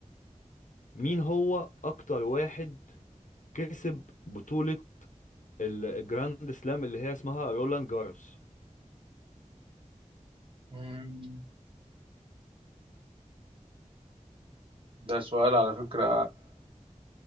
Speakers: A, on the left; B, on the right.
A: مين هو اكتر واحد كسب بطوله ال- الجراند سلام اللي هي اسمها رولان جاروس
B: مم. ده سؤال على فكرة